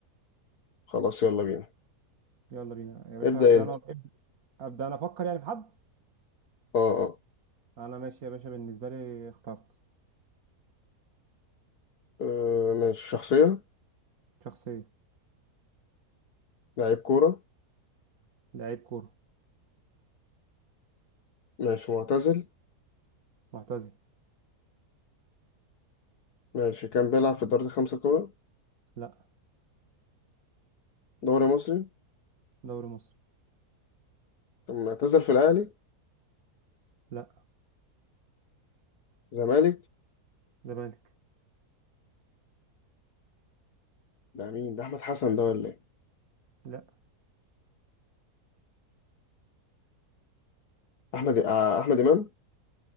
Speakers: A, on the left (about 80°); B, on the right (about 65°).
A: خلاص يلا بينا
B: يلا بينا يا باشا
A: ابدأ
B: ابدا
A: انت
B: انا ابدا أبدأ انا افكر يعني في حد
A: اه اه
B: انا ماشي يا باشا بالنسبة لي اخترت
A: آه، ماشي شخصية
B: شخصية
A: لعيب كورة
B: لعيب كورة
A: ماشي معتزل
B: معتزل
A: ماشي كان بيلعب في الدوري الخمسة كورة
B: لا
A: دوري مصري
B: دوري مصر
A: كان معتزل في الاهلي
B: لا
A: زمالك
B: زمالك
A: ده مين ده احمد حسن ده ولا ايه
B: لا
A: احمد آه، احمد امام